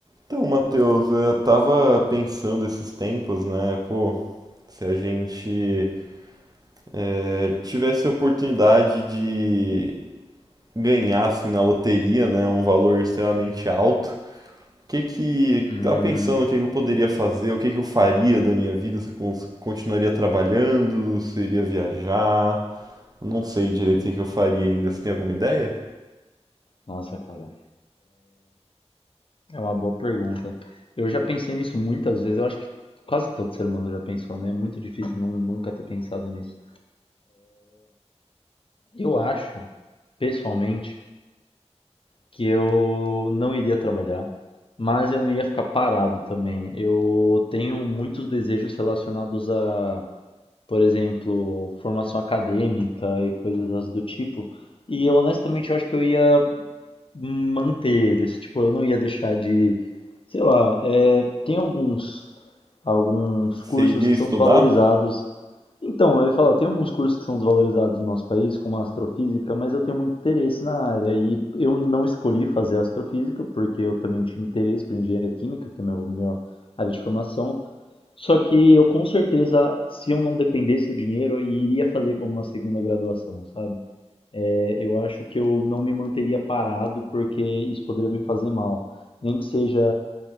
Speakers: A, on the right; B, on the left.
A: Então, Matheus, eu tava pensando esses tempos, né? Pô, se a gente eh, tivesse a oportunidade de ganhar, assim, na loteria, né? Um valor extremamente alto, o que que...
B: Hum,
A: Tava pensando o que que eu poderia fazer, o que que eu faria da minha vida, se eu cons- continuaria trabalhando, se eu iria viajar, não sei direito o que que eu faria ainda. Você tem alguma ideia?
B: nossa, cara, é uma boa pergunta. Eu já pensei nisso muitas vezes, eu acho que quase todo ser humano já pensou, né? É muito difícil não, nunca ter pensado nisso. Eu acho, pessoalmente, que eu não iria trabalhar, mas eu não ia ficar parado também. Eu tenho muitos desejos relacionados a, por exemplo, formação acadêmica e coisas do tipo. E honestamente, eu acho que eu ia manter eles. Tipo, eu não ia deixar de, sei lá, é, tem alguns alguns
A: Você
B: cursos
A: iria
B: que
A: estudar?
B: são desvalorizados. Então, eu ia falar, tem alguns cursos que são desvalorizados no nosso país, como a astrofísica, mas eu tenho muito interesse na área e eu não escolhi fazer astrofísica porque eu também tinha interesse para engenharia química, que é meu minha área de formação. Só que eu com certeza, se eu não dependesse do dinheiro, eu iria fazer como uma segunda graduação, sabe? É, Eu acho que eu não me manteria parado porque isso poderia me fazer mal. Nem que seja